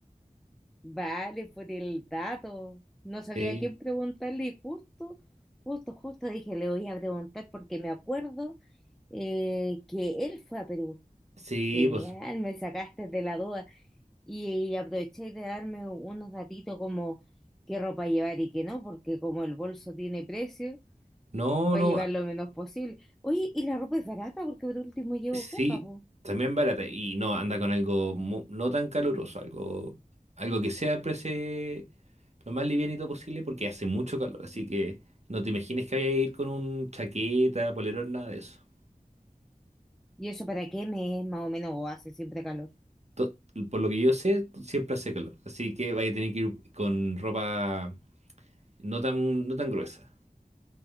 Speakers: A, in the centre; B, on the right.
A: Vale, por el dato. No sabía
B: Sí,
A: a quién preguntarle y justo, justo, justo dije, le voy a preguntar porque me acuerdo eh, que él fue a Perú.
B: sí,
A: Genial,
B: pues.
A: me sacaste de la duda y, aproveché de darme unos datitos como qué ropa llevar y qué no, porque como el bolso tiene precio,
B: No,
A: para
B: no,
A: llevar lo menos posible. Oye, y la ropa es barata porque por último llevo
B: Sí,
A: poca, po.
B: también barata. Y no, anda con algo mu- no tan caluroso, algo, algo que sea prese lo más livianito posible porque hace mucho calor. Así que no te imagines que vaya a ir con un chaqueta, polerón, nada de eso.
A: ¿Y eso para qué me es más o menos o hace siempre calor?
B: To- por lo que yo sé, t- siempre hace calor. Así que vaya a tener que ir con ropa no tan, no tan gruesa.